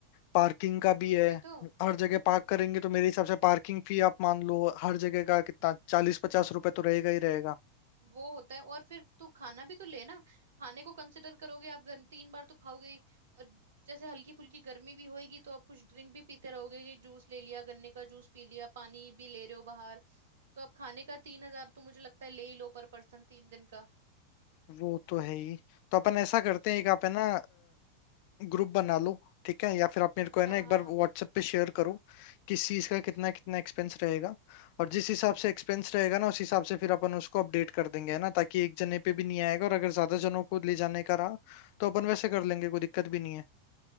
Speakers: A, on the left; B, on the right.
A: पार्किंग का भी है
B: वही तो
A: हर जगह पार्क करेंगे तो मेरे हिसाब से पार्किंग फी आप मान लो हर जगह का कितना चालीस पचास रुपए तो
B: हम्म
A: रहेगा ही रहेगा
B: वो होता है और फिर तू खाना भी तो ले ना खाने को कंसिडर करोगे आप घर तीन बार तो खाओगे ही। और जैसे हल्की फुल्की गर्मी भी होएगी तो आप कुछ ड्रिंक भी पीते रहोगे कि जूस ले लिया गन्ने का जूस पी लिया पानी भी ले रहे हो बाहर तो आप खाने का तीन हजार तो मुझे लगता है ले ही लो पर पर्सन तीन दिन का
A: वो तो है ही तो अपन ऐसा करते
B: हम्म
A: हैं एक आप है ना ग्रुप बना लो ठीक है या फिर आप मेरे
B: अच्छा
A: को है ना एक
B: हाँ
A: बार व्हाट्सएप पे शेयर करो किस चीज का कितना
B: हम्म
A: कितना एक्सपेंस रहेगा और जिस हिसाब से एक्सपेंस
B: हम्म
A: रहेगा ना उस हिसाब से फिर अपन उसको अपडेट कर देंगे है ना ताकि एक जने पे भी नहीं आएगा और अगर ज्यादा जनों को ले जाने का रहा तो अपन वैसे कर लेंगे कोई दिक्कत भी नहीं है